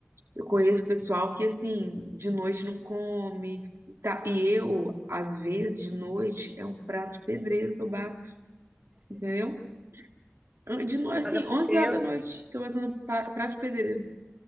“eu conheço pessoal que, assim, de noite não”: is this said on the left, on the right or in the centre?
Right